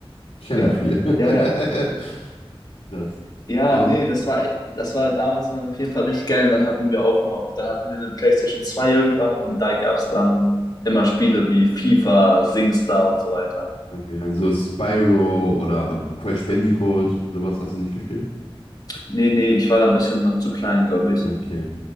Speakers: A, on the left (about 75°); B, on the left (about 40°).
A: Ich kenne
B: Ja,
A: das Spiel. <laughs>
B: ja, ja.
A: Das.
B: Ja,
A: Und,
B: nee, das war, das war damals mal auf jeden Fall richtig geil. Und dann hatten wir auch noch, dann hatten wir eine PlayStation zwei irgendwann und da gab es dann immer Spiele wie FIFA, SingStar und so weiter.
A: okay, also Spyro oder Crash Bandicoot, sowas hast du nicht gespielt?
B: Nee, nee, ich war da ein bisschen noch zu klein, glaube ich.
A: Okay.